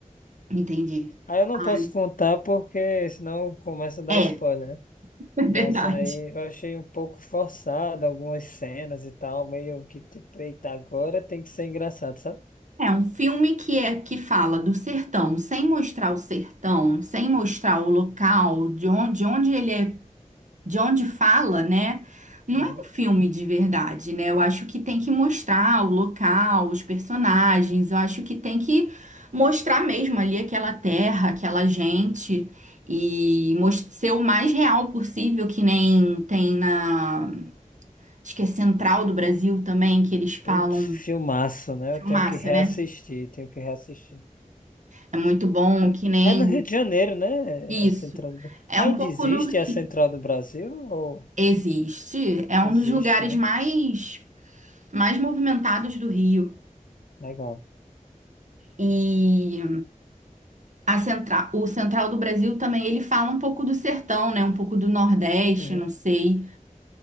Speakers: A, on the right (about 65°); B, on the left (about 80°).
A: Entendi.
B: Aí eu não
A: Ah,
B: posso contar porque senão começa a dar
A: é,
B: spoiler, né?
A: <laughs> é verdade.
B: Mas aí eu achei um pouco forçado algumas cenas e tal, meio que tipo, eita, agora tem que ser engraçado, sabe?
A: É um filme que é que fala do sertão, sem mostrar o sertão, sem mostrar o local, de onde, de onde ele é, de onde fala, né? Não
B: Uhum.
A: é um filme de verdade, né? Eu acho que tem que mostrar o local, os personagens, eu acho que tem que mostrar mesmo ali aquela terra, aquela gente e mos- ser o mais real possível, que nem tem na, acho que é Central do Brasil também, que eles falam
B: Putz, filmaço, né?
A: filmaço,
B: Eu tenho que reassistir,
A: né?
B: tenho que reassistir.
A: É muito bom, que nem
B: É no Rio de Janeiro, né?
A: Isso.
B: É é Central do Brasil.
A: É
B: Ainda
A: um pouco
B: existe
A: no. Ri-
B: a Central do Brasil? Ou
A: Existe. É um
B: existe,
A: dos lugares
B: né?
A: mais, mais movimentados do Rio.
B: Legal.
A: E a central, o central do Brasil também, ele fala um pouco do sertão, né? Um pouco do Nordeste,
B: Uhum,
A: não sei.